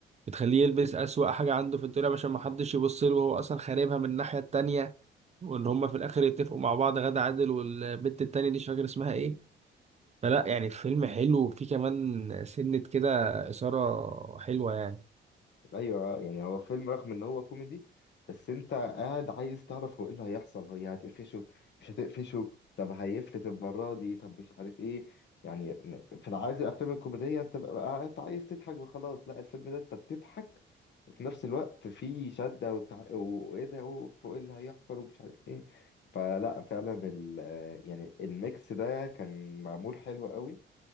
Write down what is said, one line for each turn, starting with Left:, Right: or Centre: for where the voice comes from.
Right: بتخليه يلبس اسوأ حاجة عنده في الدنيا عشان محدش يبص له وهو اصلا خاربها من الناحية التانية وان هما في الاخر يتفقوا مع بعض غادة عادل والبنت التانية دي مش فاكر اسمها ايه فلا يعني الفيلم حلو وفيه كمان سنة كده إثارة حلوة يعني
Left: ايوه آه، يعني هو فيلم رغم ان هو كوميدي بس انت قاعد عايز تعرف هو ايه اللي هيحصل هي هتقفشه مش هتقفشه طب هيفلت المره دي طب مش عارف ايه يعني في العادي الافلام الكوميديه انت بقى قاعد عايز تضحك وخلاص لا الفيلم ده انت بتضحك وفي نفس الوقت في شده وتع... وايه ده اوف وايه اللي هيحصل ومش عارف ايه فلا فعلا ال... يعني الميكس ده كان معمول حلو قوي